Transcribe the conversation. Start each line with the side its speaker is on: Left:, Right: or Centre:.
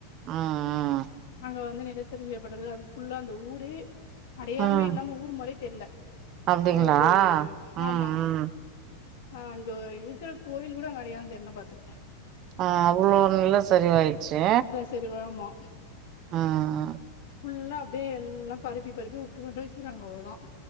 Right: ஆ ஆ
Left: அங்க வந்து நிலச்சரிவு ஏற்ப்பட்டது அது ஃபுல்லா அந்த ஊரே அடையாளமே
Right: ம் ம்
Left: இல்லாம ஊர் மாரியே தெர்ல
Right: அப்டிங்களா
Left: அது ஒரு
Right: ம்
Left: ஆமா
Right: ம்
Left: ஆ அங்க இருக்கிற கோவில் கூட அங்க அடையாள தெர்ல்னா பாத்துக்குங்க
Right: ஆ அவ்ளோ நிலசரிவாயிருச்சு
Left: தெரி வேகமா
Right: ஆ ஆ ஆ
Left: ஃபுல்லா அப்டியே எல்லா பரப்பி பரப்பி வுட்டு மட்டு வெச்சுக்குறாங்க அவ்ளோதா